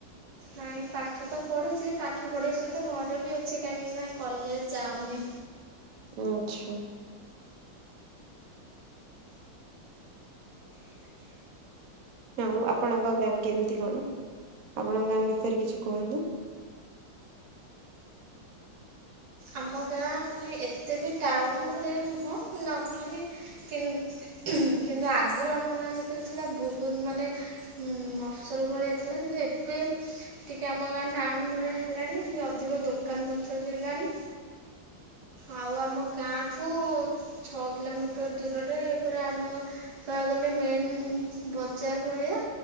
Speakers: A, on the right; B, on the right.
A: ନାଇଁ ପାଠ ତ ପଢ଼ୁଛି ପାଠ ପଢ଼ିବା ସହିତ ଘରେ ବି ଅଛି କାହିଁକି ନା କଲେଜ ଯାଉନି।
B: ଆଚ୍ଛା। ଆଉ ଆପଣଙ୍କ ଗାଁ କେମିତି କଣ ଆପଣଙ୍କ ଗାଁ ବିଷୟରେ କିଛି କୁହନ୍ତୁ?
A: ଆମ ଗାଁ ମାନେ ଏତେ ବି ଟାଉନ ଭଳିଆ ନୁହଁ ନର୍ମାଲି କି କିନ୍ତୁ ଆଗରୁ ଆମ ଗାଁ ଯେତେବେଳେ ଥିଲା ବୋହୁତ୍ ମାନେ ହୁଁ ମଫ୍ ସୁଲ୍ ଭଳିଆ ଥିଲା କିନ୍ତୁ ଏବେ ଟିକେ ଆମ ଗାଁ ଟାଉନ ଭଳିଆ ହେଲାଣି ଅଧିକ ଦୋକାନ ପତ୍ର ବି ହେଲାଣି। ଆଉ ଆମ ଗାଁଠୁ ଛଅ କିଲୋମିଟର ଦୂରରେ ପୁରା ଆମ କହିବାକୁ ଗଲେ ମେନ୍ ବଜାର ଭଳିଆ